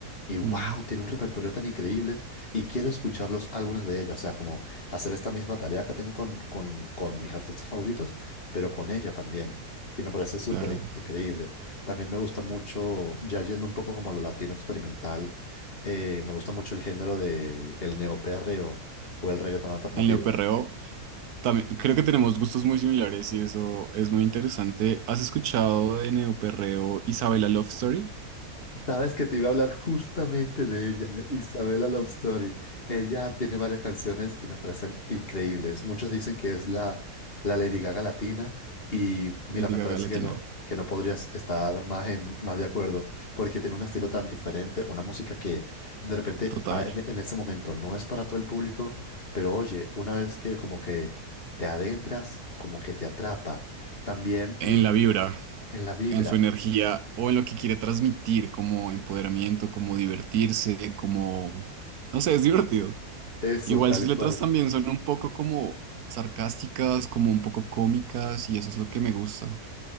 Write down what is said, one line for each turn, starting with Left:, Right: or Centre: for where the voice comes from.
Left: Y wow,
Right: ujú,
Left: tiene un repertorio tan increíble y quiero escuchar los álbumes de ella. O sea, como hacer esta misma tarea que tengo con, con, con mis artistas favoritos, pero con ella también. Y me parece súper
Right: claro.
Left: in- increíble. También me gusta mucho, ya yendo un poco como a lo latino experimental eh, me gusta mucho el género de el neoperreo o el reggaetón alternativo.
Right: En Neo También, creo que tenemos gustos muy similares y eso es muy interesante. ¿Has escuchado de Neoperreo Isabela Love Story?
Left: Sabes que te iba a hablar justamente de ella, de Isabella Love Story. Ella tiene varias canciones y me parecen increíbles. Muchos dicen que es la, la Lady Gaga latina y mira,
Right: Lady
Left: me
Right: Gaga
Left: parece
Right: Latina,
Left: que no, que no podrías estar más, en, más de acuerdo porque tiene un estilo tan diferente, una música que de repente
Right: total.
Left: a- en, en ese momento no es para todo el público, pero oye, una vez que como que te adentras, como que te atrapa. También mi,
Right: En la vibra,
Left: en la vibra,
Right: en su energía o en lo que quiere transmitir como empoderamiento, como divertirse, como... No sé, es divertido.
Left: eso,
Right: Igual
Left: tal
Right: sus letras
Left: cual.
Right: también son un poco como sarcásticas, como un poco cómicas y eso es lo que me gusta